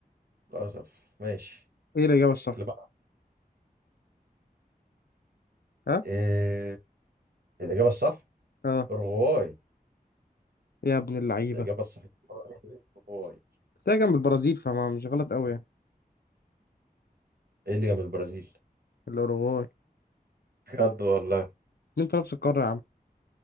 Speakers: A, on the right; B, on the left.
A: للأسف ماشي
B: ايه الاجابه الصح
A: اللي بقى
B: ها
A: إيه الإجابة الصح
B: اه
A: أوروغواي
B: يا ابن اللعيبه
A: الإجابة الصح أوروغواي
B: تلاقي جنب البرازيل فما مش غلط قوي يعني
A: إيه اللي جنب البرازيل
B: الاوروغواي
A: بجد والله
B: انت نفس القاره يا عم